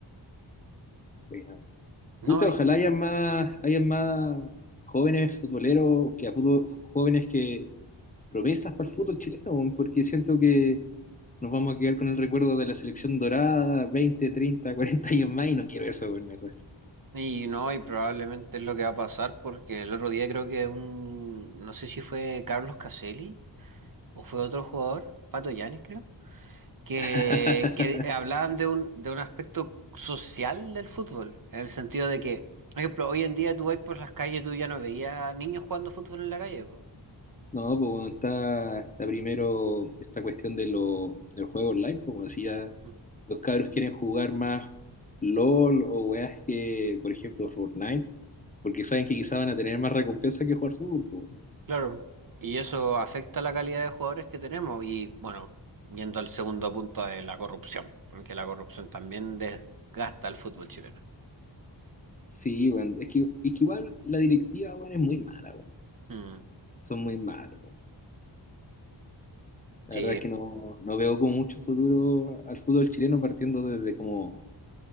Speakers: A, on the left (about 20°); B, on the right (about 50°).
A: Buena, weón.
B: No,
A: Puta,
B: y-
A: ojalá hayan más, hayan más jóvenes futboleros, que a fútbol- jóvenes que promesas para el fútbol chileno, weón, porque siento que nos vamos a quedar con el recuerdo de la selección dorada, 20, 30, 40 años más, y no quiero eso, weón, la verdad.
B: Y no, y probablemente es lo que va a pasar porque el otro día creo que un, no sé si fue Carlos Caselli o fue otro jugador, Pato Yanis creo, que,
A: <laughs>
B: que eh, hablaban de un, de un aspecto social del fútbol, en el sentido de que, por ejemplo, hoy en día tú vas por las calles, tú ya no veías niños jugando fútbol en la calle, po.
A: No, pues bueno, está, está primero esta cuestión de lo, del juego online, pues como ya
B: Mm.
A: los cabros quieren jugar más LOL o weas que, por ejemplo, Fortnite, porque saben que quizá van a tener más recompensa que jugar fútbol, pues bueno.
B: Claro. Y eso afecta la calidad de jugadores que tenemos y bueno, yendo al segundo punto de la corrupción, porque la corrupción también desgasta el fútbol chileno.
A: Sí, bueno, es que, es que igual la directiva, bueno, es muy mala, bueno,
B: Mm.
A: son muy malos, bueno. La
B: Sí,
A: verdad es que no, no veo con mucho futuro al fútbol chileno partiendo desde como